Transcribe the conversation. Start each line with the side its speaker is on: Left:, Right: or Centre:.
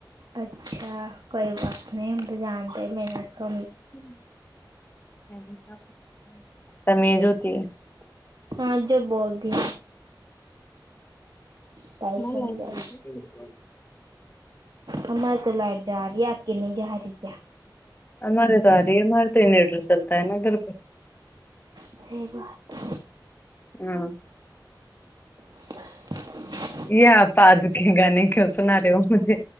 Right: اچھا کوئی بات نہیں ہم تو جانتے میرا ایسا
Left: <inaudible>
Right: ہاں جو بول دی نے
Left: <inaudible>
Right: سمجھا ہماری تو لائٹ جا رہی ہے آک کے نہیں جا رہی کیا
Left: ہم مارے تواری مارتے نڈر سلتا ہے نگرر
Right: صحیح بات
Left: ہاں
Right: <inaudible>
Left: یا پاد کے گان کی سنا رہے ہو مجھے